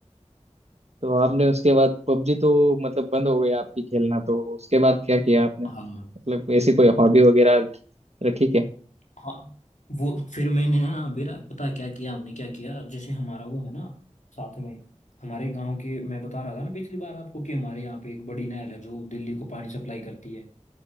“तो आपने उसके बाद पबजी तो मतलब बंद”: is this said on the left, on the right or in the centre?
Right